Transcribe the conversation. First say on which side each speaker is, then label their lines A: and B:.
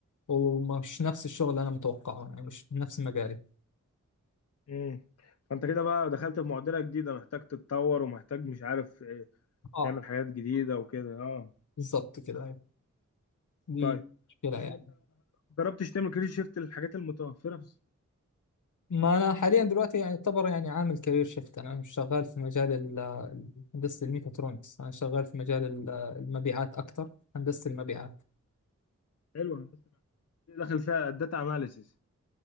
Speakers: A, on the left; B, on the left.
A: ومش نفس الشغل اللي أنا متوقعه يعني مش نفس مجالي
B: امم فانت كده بقى دخلت في معضله جديده محتاج تتطور ومحتاج مش عارف آه،
A: اه
B: تعمل حاجات جديده وكده اه
A: بالظبط كده أيوة. دي
B: طيب
A: مشكلة
B: طب
A: يعني
B: ما انت جربتش تعمل كارير شيفت للحاجات المتوفره في السوق
A: ما أنا حاليا دلوقتي يعني يعتبر يعني عامل كارير شيفت أنا مش شغال في مجال ال- هندسة الميكاترونكس أنا شغال في مجال ال- المبيعات أكتر هندسة المبيعات
B: حلوه الناس دي داخل فيها الداتا اناليسيس